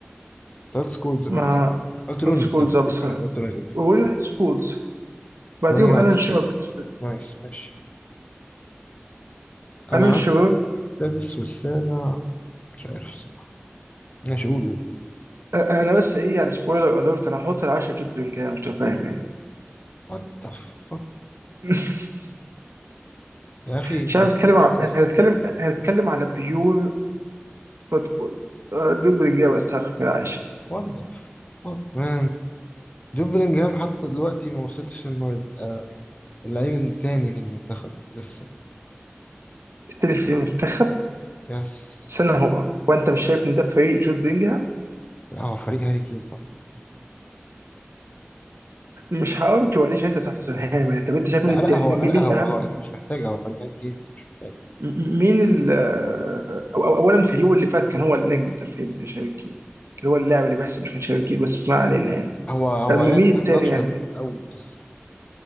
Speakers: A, on the left; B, on the right.
A: انت قلت سكولز باين
B: مع
A: صح؟ قلت روني
B: سكولز
A: صح؟
B: ابصر
A: قلت روني قلت روني قلت روني
B: وويليام سكولز بعديهم
A: روني بعديه
B: الان
A: سكولز
B: شيرر بالنسبه لي
A: ماشي ماشي انا
B: الان شيرر
A: عندي السادس والسابع مش عارف الصراحة ماشي قول قول
B: أ- انا بس ايه يعني سبويلر اليرت انا هحط العشرة جود بلينجهام مش فاهم يعني
A: وات ذا فك
B: <laughs>
A: يا اخي
B: مش
A: ميتين
B: عارف بتكلم
A: ريال
B: ع-
A: مدريد
B: هنتكلم هنتكلم على بيور فوتبول آه، جود بلينجهام يستحق من العاشر
A: وات ذا فك مان جون بلينجهام حتى دلوقتي ما وصلش انه يبقى اللعيب التاني في المنتخب لسه
B: التاني في المنتخب
A: يس
B: سنة هو وانت مش شايف ان ده فريق جود بلينجهام
A: لا هو فريق هاري كين طبعا
B: مش هارجو عليه عشان انت بتاع توتنهام يعني طب انت شايف
A: لا
B: مين التاني
A: لا هو
B: مين, مين
A: لا
B: مين الاهم
A: هو هو يعني مش محتاج هو فريق هاري كين مش محتاج
B: م- م- مين ال آه، أو أو اولا في اليوم اللي فات كان هو النجم بتاع الفريق ما كانش هاري كين كان هو اللاعب اللي بيحسب مش كان هاري كين بس ما علينا يعني
A: هو هو
B: آه، م-
A: لعب
B: مين
A: كام
B: التاني
A: ماتش
B: يعني
A: حلوين في الاول بس